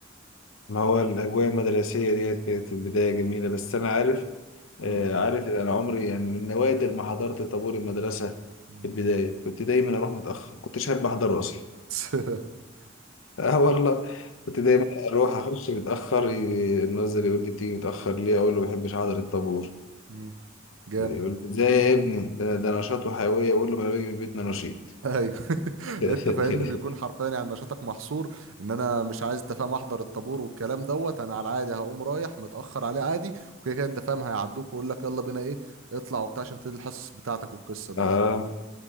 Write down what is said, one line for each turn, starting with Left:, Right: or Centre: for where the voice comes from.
Left: ما هو الأجواء المدرسية ديت كانت في البداية جميلة بس أنا عارف آه،
Right: مم.
Left: عارف إن أنا عمري يعني من نوادر ما حضرت طابور المدرسة
Right: مم.
Left: في البداية كنت دايما أروح متأخر كنتش أحب أحضره أصلا
Right: <laughs>
Left: <laughs> آه والله كنت دايما أروح أخش متأخر ي- الناظر يقول لي بتيجي متأخر ليه أقول له ما بحبش أحضر الطابور
Right: مم. جامد
Left: يقول له ازاي يا ابني ده, ده نشاط وحيوية يقول له ما انا باجي من بيتنا نشيط
Right: ايوه <laughs>
Left: <laughs>
Right: انت فاهمني بيكون حرفيا يعني نشاطك محصور ان انا مش عايز انت فاهم احضر الطابور والكلام دوت انا على العادي هقوم رايح متاخر عليه عادي وكده كده انت فاهم هيعدوك ويقول لك يلا بينا ايه اطلع وبتاع عشان تبتدي الحصص بتاعتك والقصه دي
Left: اه